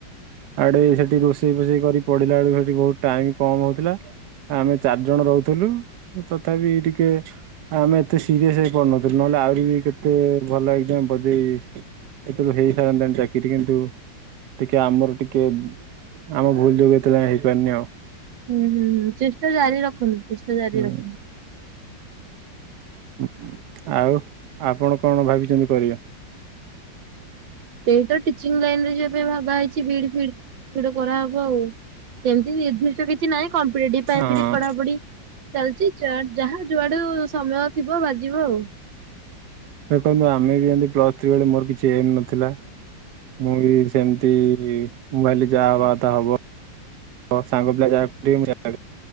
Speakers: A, on the right; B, on the right.
A: ଆଡେ ସେଠି ରୋଷେଇ ଫୋଷେଇ କରି ପଢିଲା ବେଳକୁ ସେଠି ବହୁତ ଟାଇମ କମ ହଉଥିଲା। ଆମେ ଚାରି ଜଣ ରହୁଥିଲୁ ତଥାପି ଟିକେ ଆମେ ଏତେ ସିରିଏସ ହେଇ ପଢିନଥିଲୁ ନହେଲେ ଆହୁରି ବି କେତେ ଭଲ ଏକ୍ସାମ ବଜେଇ ଏତେବେଳକୁ ହେଇସାରନ୍ତାଣି ଚାକିରି କିନ୍ତୁ ଟିକେ ଆମର ଟିକେ ଆମ ଭୁଲ ଯୋଗୁ ଏତେ ଯାଏଁ ହେଇପାରନି ଆଉ।
B: ହୁଁ ହୁଁ ହୁଁ ଚେଷ୍ଟା ଜାରି ରଖନ୍ତୁ, ଚେଷ୍ଟା ଜାରି
A: ହୁଁ
B: ରଖନ୍ତୁ।
A: ହୁଁ ଆଉ ଆପଣ କଣ ଭାବିଛନ୍ତି କରିବେ?
B: ସେଇତ ଟିଚିଂ ଲାଇନ ରେ ଯିବା ପାଇଁ ଭାବା ହେଇଛି ବିଡ ଫିଡ କିଛି ଗୋଟେ କରାହବ ଆଉ। ସେମତି ନିର୍ଦ୍ଦିଷ୍ଟ କିଛି ନାହିଁ କମ୍ପିଟେଟିଭ ପାଇଁ
A: ହଁ
B: ବି ପଢାପଢି ଚାଲିଛି। ଯା ଯାହା ଯୁଆଡୁ ସମୟ ଥିବ ବାଜିବ ଆଉ।
A: ଦେଖନ୍ତୁ ଆମେ ବି ଏମିତି ପ୍ଲସ୍ ଥ୍ରୀ ବେଳେ ମୋର କିଛି ଏମ ନଥିଲା। ମୁଁ ବି ସେମିତି ମୁଁ ଭାବିଲି ଯାହା ହବାକଥା ହବ। ମୋ ସାଙ୍ଗପିଲା ଯାହା କରୁଥିବେ ମୁଁ ସେଇଆ କରେ